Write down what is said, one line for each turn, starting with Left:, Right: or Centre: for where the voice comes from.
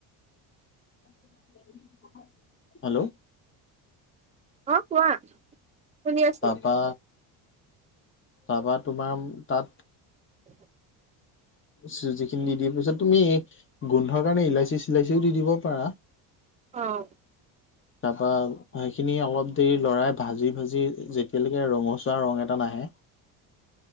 Left: <inaudible> হেল্ল'।
Right: অ', কোৱা শুনি আছো।
Left: তাৰপা তাৰপা তোমাম তাত
Right: <inaudible>
Left: চুজিখিনি দি দিয়া পিছত তুমি গোন্ধৰ কাৰণে ইলাচি চিলাচিও দি দিব পাৰা।
Right: অ'।
Left: তাৰপা সেইখিনি অলপ দেৰি লৰাই ভাজি ভাজি যেতিয়ালৈকে ৰঙচুৱা ৰং এটা নাহে।